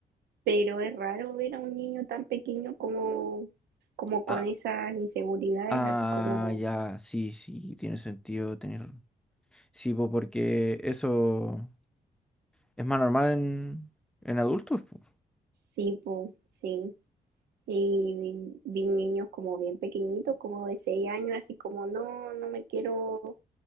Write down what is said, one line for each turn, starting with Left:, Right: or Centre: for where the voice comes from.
Right: pero es raro ver a un niño tan pequeño como, como con
Centre: Ah,
Right: esas inseguridades,
Centre: ah,
Right: así como,
Centre: ya, sí, sí, tiene sentido tener. Sí, po, porque eso es más normal en, en adultos, po,
Right: sí, po, sí. Y vi, vi niños como bien pequeñitos, como de seis años, así como, no, no me quiero,